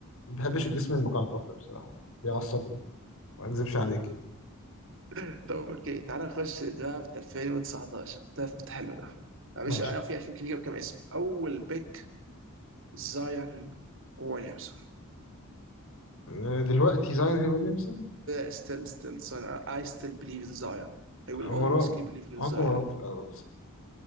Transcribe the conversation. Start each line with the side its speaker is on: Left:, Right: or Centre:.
Left: ما بحبش الجسم المكعب ده بصراحه بيعصبني ما اكذبش عليك يعني
Right: <laughs> طب اوكي تعالى نخش درافت 2019 درافت حلو ده
Left: ماشي
Right: مش انا في في كتير كم اسم اول بيك زايون ويليامسون
Left: آه، دلوقتي زاين ويليامسون
Right: ستيل ستيل اي ستيل بليف ان زايون I will
Left: آه،
Right: always
Left: موران
Right: keep believing in
Left: احط
Right: Zion.
Left: موران في الاول بس